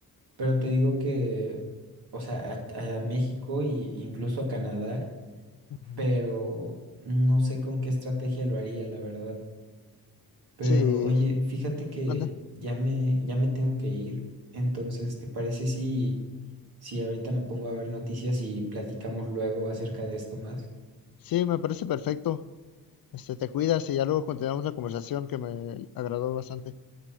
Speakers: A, on the right; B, on the left.
A: pero te digo que, o sea, a, a México e incluso a Canadá,
B: Ujú.
A: pero no sé con qué estrategia lo haría, la verdad. Pero
B: Sí,
A: oye, fíjate que
B: manda.
A: ya me, ya me tengo que ir, entonces, ¿te parece si, si ahorita me pongo a ver noticias y platicamos luego acerca de esto más?
B: Sí, me parece perfecto. Este, te cuidas y ya luego continuamos la conversación que me agradó bastante.